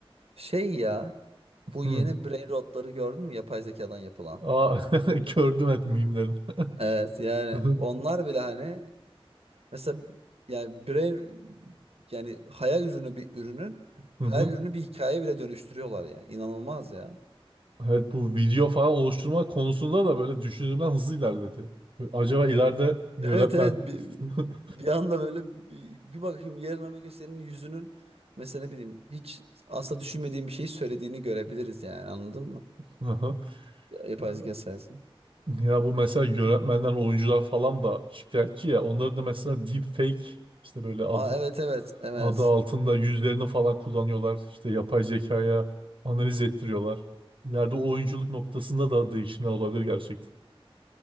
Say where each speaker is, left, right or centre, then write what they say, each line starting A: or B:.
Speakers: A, on the right; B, on the right.
A: Şey ya bu
B: Hı.
A: yeni brain rotları gördün mü yapay zekadan yapılan?
B: Aa, <laughs> gördüm et mimlerin.
A: Evet yani
B: <laughs> Hı hı.
A: onlar bile hani Mesela yani birey yani hayal ürünü bir ürünün
B: Hı
A: hayal
B: hı.
A: ürünü bir hikaye bile dönüştürüyorlar yani. İnanılmaz ya.
B: Evet bu video falan oluşturma konusunda da böyle düşündüğümden hızlı ilerledi. Acaba ileride yönetmen
A: Evet evet bir,
B: <laughs>
A: bir anda böyle bir, bir bakayım yarın öbür gün senin yüzünün mesela ne bileyim hiç asla düşünmediğin bir şey söylediğini görebiliriz yani anladın mı?
B: Aha.
A: Ya- Yapay
B: ya
A: zeka sayesinde.
B: ya bu mesela yönetmenler, oyuncular falan da şikayetçi ya. Onları da mesela deepfake işte böyle adı
A: Aa evet evet evet.
B: adı altında yüzlerini falan kullanıyorlar. İşte yapay zekaya analiz ettiriyorlar. İleride oyunculuk noktasında da değişimler olabilir gerçekten.